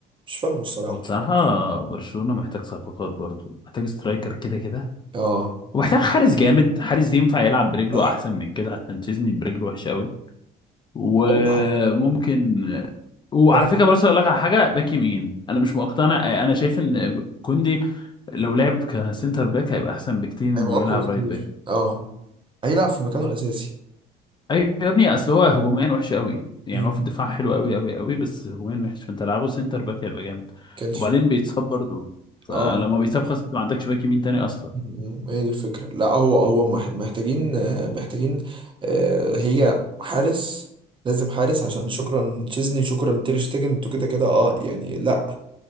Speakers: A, on the right (about 30°); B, on the left (about 25°).
A: مش فاهمه الصراحة
B: وبصراحة برشلونة محتاج صفقات برضو محتاج سترايكر كده كده
A: اه
B: ومحتاج حارس جامد حارس ينفع يلعب برجله
A: صح
B: احسن من كده عشان تشيزني برجله وحشة قوي وممكن
A: والله
B: وعلى
A: أعتقد
B: فكرة بس اقول لك على حاجة باك يمين انا مش مقتنع انا شايف ان كوندي لو لعب كسنتر باك هيبقى احسن بكتير من
A: هيبقى
B: انه
A: اقوى
B: يلعب
A: بكتير
B: رايت باك
A: اه هيلعب في مكانه الاساسي
B: ايوه يا ابني اصل هو هجوميا وحش قوي يعني
A: امم
B: هو في الدفاع حلو قوي قوي قوي بس هجوميا وحش فانت لعبه سنتر باك هيبقى جامد
A: كان في...
B: وبعدين بيتصاب برضه فلما
A: اه
B: بيتصاب خلاص أنت ما عندكش باك يمين تاني اصلا
A: أمم، هي دي الفكرة لا هو هو مح- محتاجين آه، محتاجين آه، هي حارس لازم حارس عشان شكرا تشيزني شكرا تير شتيجن انتوا كده كده اه يعني لا